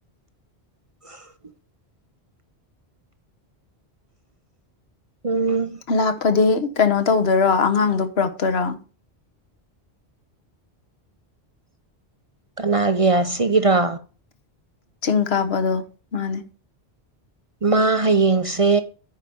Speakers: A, on the right (about 35°); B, on the left (about 70°).
A: <inaudible> ꯎꯝ
B: ꯂꯥꯛꯄꯗꯤ ꯀꯩꯅꯣ ꯇꯧꯗꯣꯏꯔꯣ ꯑꯉꯥꯡꯗꯣ ꯄꯨꯔꯛꯇꯣꯏꯔꯥ
A: ꯀꯅꯥꯒꯤ ꯁꯤꯒꯤꯔꯣ
B: ꯆꯤꯡꯀꯥꯄꯗꯣ ꯃꯥꯅꯦ
A: ꯃꯥ ꯍꯌꯦꯡꯁꯦ